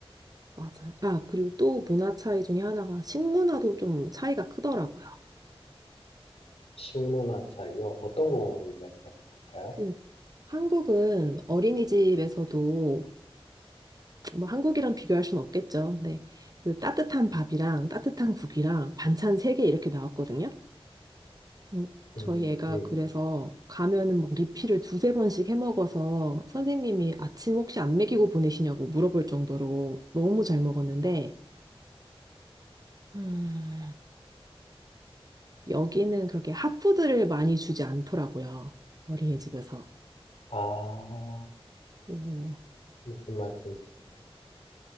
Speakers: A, on the right (about 40°); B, on the left (about 75°).
A: 맞아요. 아, 그리고 또 문화 차이 중에 하나가 식문화도 좀 차이가 크더라고요.
B: 식문화 차이요. 어떤 걸 말씀하실 걸까요?
A: 그 한국은 어린이집에서도 뭐 한국이랑 비교할 순 없겠죠. 근데 그 따뜻한 밥이랑 따뜻한 국이랑 반찬 세 개 이렇게 나왔거든요. 음, 저희
B: 음,
A: 애가
B: 음.
A: 그래서 가면은 막 리필을 두세 번씩 해 먹어서 선생님이 아침 혹시 안 먹이고 보내시냐고 물어볼 정도로 너무 잘 먹었는데 음, 여기는 그렇게 핫푸드를 많이 주지 않더라고요. 어린이집에서.
B: 아,
A: 오,
B: 무슨 말씀이신지 알 것.